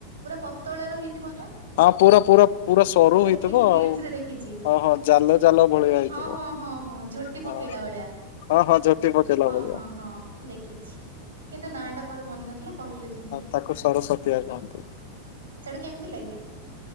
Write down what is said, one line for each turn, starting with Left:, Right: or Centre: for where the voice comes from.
Right: ପତ ତଳେ ରହିଥିବ ନା?
Left: ହଁ ପୁରା ପୁର ପୁରା ସରୁ
Right: ମୁଁ ଦେଖିଛି
Left: ହେଇଥିବ
Right: ରିଲସ
Left: ଆଉ
Right: ରେ ଦେଖିଛି।
Left: ହ ହଁ ଜାଲ ଜାଲ ଭଳିଆ ହେଇଥିବ।
Right: ହଁ ହଁ ହଁ ହଁ ଝୋଟି
Left: ହଁ
Right: ପକେଇଲା ଭଳିଆ।
Left: ହଁ ହଁ ଝୋଟି ପକେଇଲା
Right: ହଁ
Left: ଭଳିଆ।
Right: ହଁ ହଁ ମୁଁ ଦେଖିଛି, କିନ୍ତୁ ନା ଟା ମୋର ମନେ ନଥିଲା। କହିଲେ ଯେମିତି,
Left: ତାକୁ ସରସତିଆ କହନ୍ତି।
Right: ସେଟା କେମିତି ଲାଗେ?